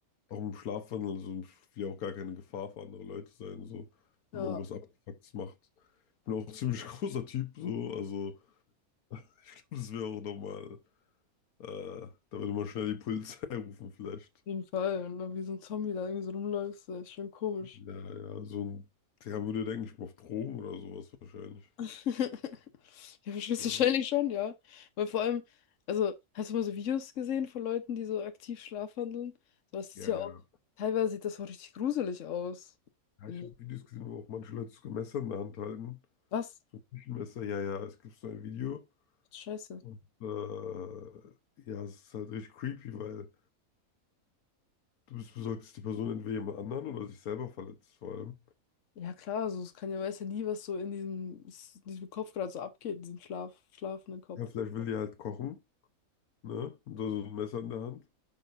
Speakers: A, on the left; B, on the left.
A: auch im Schlafwandel, also ich will ja auch gar keine Gefahr für andere Leute sein, so, wenn
B: Ja,
A: man irgendwas
B: auf
A: Abgefucktes macht. Bin auch ein ziemlich <laughs> großer Typ, so, also ich glaube, das wäre auch nochmal, äh, da würde man schnell die Polizei <laughs> rufen, vielleicht.
B: jeden Fall. Und dann wie so ein Zombie da irgendwie so rumläufst, das ist schon komisch.
A: Ja, ja, so ein, der würde, denke ich mal, auf Drogen oder sowas wahrscheinlich.
B: <laughs> Ja, höchstwahrscheinlich
A: Ja,
B: schon, ja. Weil vor allem, also, hast du mal so Videos gesehen von Leuten, die so aktiv schlafwandeln? So, Das
A: ja,
B: ist ja
A: ja.
B: auch, teilweise sieht das auch richtig gruselig aus.
A: Ja,
B: Und
A: ich habe Videos gesehen, wo auch manche Leute sogar Messer in der Hand halten.
B: was?
A: So ein Küchenmesser, ja, ja, es gibt so ein Video.
B: Scheiße.
A: Und äh, ja, es ist halt richtig creepy, weil. Du bist besorgt, dass die Person entweder jemand anderen oder sich selber verletzt, vor allem.
B: Ja, klar, also, es kann ja, weiß ja nie, was so in diesem, in diesem Kopf gerade so abgeht, in diesem Schlaf, schlafenden Kopf.
A: Ja, vielleicht will die halt kochen, ne? Und da so ein Messer in der Hand.